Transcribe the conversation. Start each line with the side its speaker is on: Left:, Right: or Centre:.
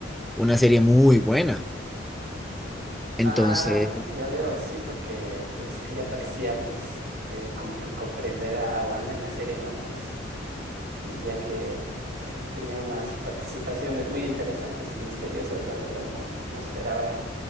Centre: una serie muy buena. Entonces,
Right: Ah, ya veo, sí, porque pues ella parecía pues eh, como que comprender a, a Wanda en la serie, ¿no? Pues y ya que eh, tenía unas participaciones muy interesantes y misteriosas, la verdad, no, no esperaba